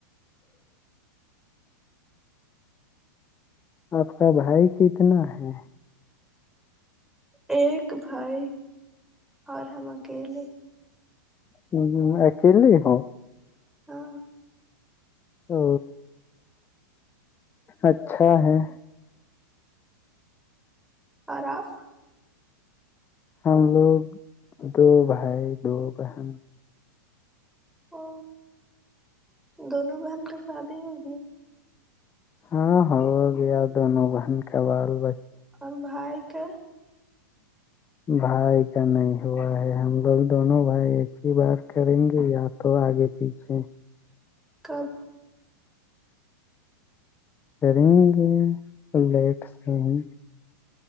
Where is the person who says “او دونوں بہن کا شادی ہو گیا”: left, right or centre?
Centre